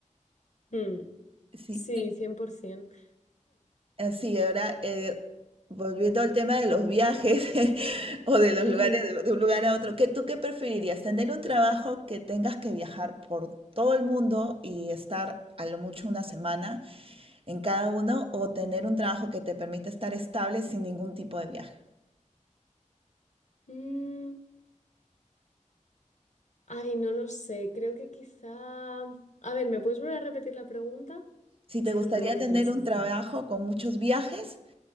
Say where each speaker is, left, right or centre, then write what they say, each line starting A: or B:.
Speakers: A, on the left; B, on the right.
A: Mm,
B: Sí.
A: sí, 100%.
B: Así, ahora eh, volviendo al tema de los viajes <laughs> o de los
A: Dime.
B: lugares, de, de un lugar a otro, ¿qué, tú qué preferirías? ¿Tener un trabajo que tengas que viajar por todo el mundo y estar a lo mucho una semana en cada uno o tener un trabajo que te permita estar estable sin ningún tipo de viaje?
A: Mm, ay, no lo sé. Creo que quizá... A ver, ¿me puedes volver a repetir la pregunta?
B: Si te
A: Es
B: gustaría
A: que me lo tengo
B: tener
A: que pensar.
B: un trabajo con muchos viajes